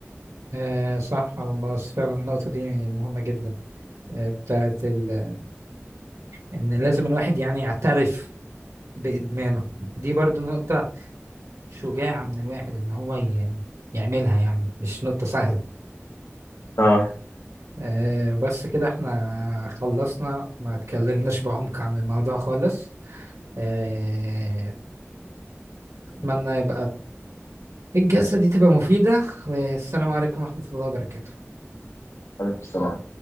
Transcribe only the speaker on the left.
اه
عليكم السلام